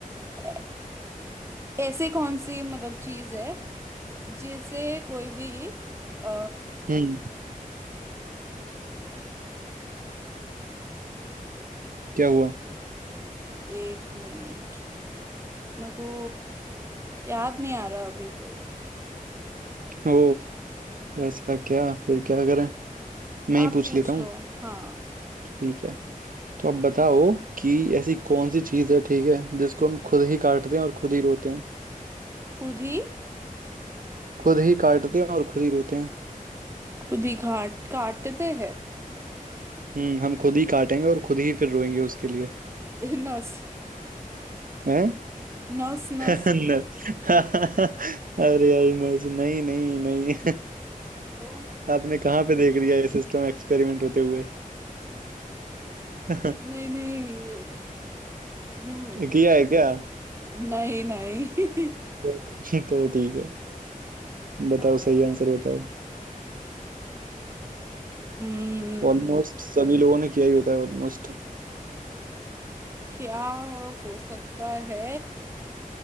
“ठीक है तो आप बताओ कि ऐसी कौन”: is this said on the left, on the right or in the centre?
Right